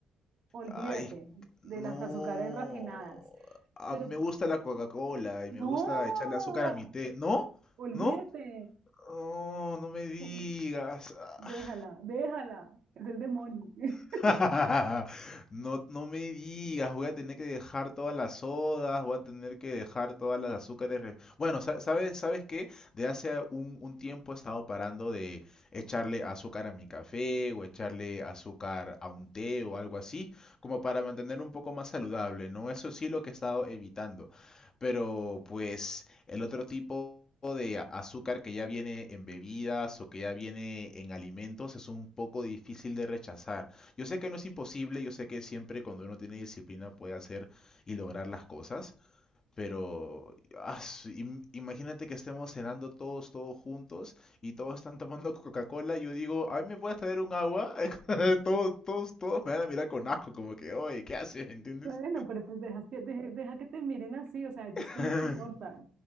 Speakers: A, on the right (about 60°); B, on the left (about 35°).
A: olvídate
B: ay,
A: de
B: no.
A: las azúcares refinadas,
B: A
A: pero
B: mí me gusta la Coca-Cola
A: no,
B: y me gusta echarle azúcar a mi té. ¿No?
A: olvídate,
B: ¿No? No, no me digas.
A: no, déjala,
B: <laughs>
A: déjala, es el demonio. <laughs>
B: <laughs> No, no me digas, voy a tener que dejar todas las sodas, voy a tener que dejar todas las azúcares. ref- Bueno, sa- ¿sabes, sabes qué? De hace un, un tiempo he estado parando de echarle azúcar a mi café o echarle azúcar a un té o algo así, como para mantener un poco más saludable, ¿no? Eso sí lo que he estado evitando. Pero pues el otro tipo de a- azúcar que ya viene en bebidas o que ya viene en alimentos es un poco difícil de rechazar. Yo sé que no es imposible, yo sé que siempre cuando uno tiene disciplina puede hacer y lograr las cosas, pero ah, su- im- imagínate que estemos cenando todos, todos juntos y todos están tomando Coca-Cola. Yo digo, ¿a mí me puedes traer un agua? <laughs> Todos, todos, todos me van a mirar con asco, como que, oye, ¿qué haces? ¿Entiendes?
A: Bueno, pero pues deja, que- deja, deja que te miren así, o sea, ¿a ellos
B: <laughs>
A: qué les importa?